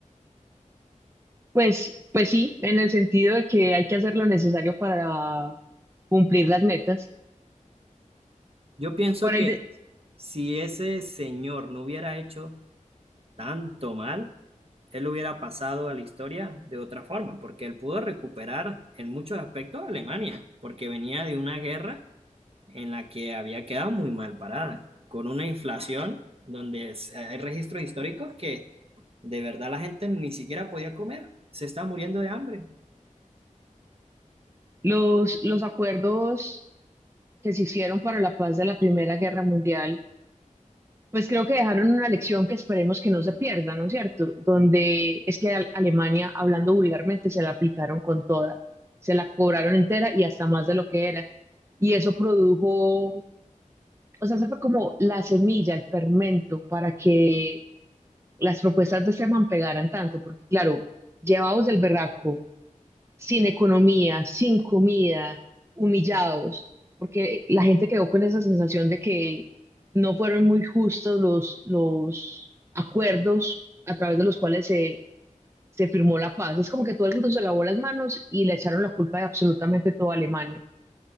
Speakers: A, on the right; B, on the right.
A: Pues, pues sí, en el sentido de que hay que hacer lo necesario para cumplir las metas.
B: Yo pienso
A: Por ahí
B: que
A: de-
B: si ese señor no hubiera hecho tanto mal, él hubiera pasado a la historia de otra forma, porque él pudo recuperar en muchos aspectos a Alemania, porque venía de una guerra en la que había quedado muy mal parada, con una inflación donde es- hay registros históricos que de verdad la gente ni siquiera podía comer, se está muriendo de hambre.
A: los, los acuerdos que se hicieron para la paz de la Primera Guerra Mundial, pues creo que dejaron una lección que esperemos que no se pierda, ¿no es cierto? Donde es que a Alemania, hablando vulgarmente, se la aplicaron con toda, se la cobraron entera y hasta más de lo que era. Y eso produjo, o sea, se fue como la semilla, el fermento para que las propuestas de Esteban pegaran tanto, porque claro, llevados del berraco, sin economía, sin comida, humillados, porque la gente quedó con esa sensación de que no fueron muy justos los, los acuerdos a través de los cuales se, se firmó la paz. Es como que todo el mundo se lavó las manos y le echaron la culpa de absolutamente toda Alemania.